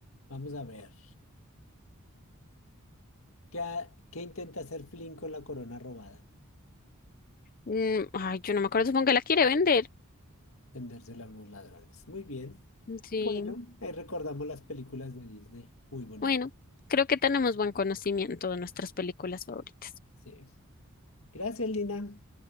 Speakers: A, on the left (about 60°); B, on the left (about 40°).
A: vamos a ver. ¿Qué, ha- qué intenta hacer Flynn con la corona robada?
B: Mm, ay, yo no me acuerdo, supongo que la quiere vender.
A: Vendérsela a unos ladrones. Muy bien.
B: Sí,
A: Bueno, ahí recordamos las películas de Disney. Muy bonito.
B: bueno, creo que tenemos buen conocimiento de nuestras películas favoritas.
A: Sí. Gracias, Lina.